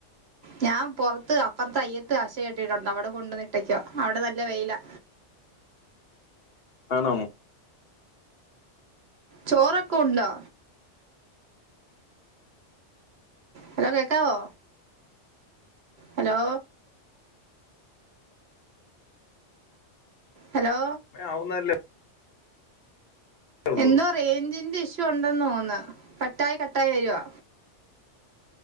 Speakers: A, on the right (about 60°); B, on the left (about 55°).
A: ഞാൻ പൊറത്ത് അപ്പറ്ത്ത് അയത്ത് ആശെ കെട്ടിട്ടുണ്ട് അവടെ കൊണ്ടെന്ന് ഇട്ടെക്ക അവിടെ നല്ല വെയിലാ
B: ആണോ
A: ചോറൊക്ക ഉണ്ടോ ഹലോ കേക്കാവോ ഹലോ ഹലോ
B: പ്പഴേ ആവുന്നതല്ലേ ഉള്ളൂ
A: എന്തോ റേയ്ഞ്ചിന്റെ ഇഷ് ഷ്യൂ ഉണ്ടെന്നാേന്ന് കട്ടായി കട്ടായി വര്‌വാ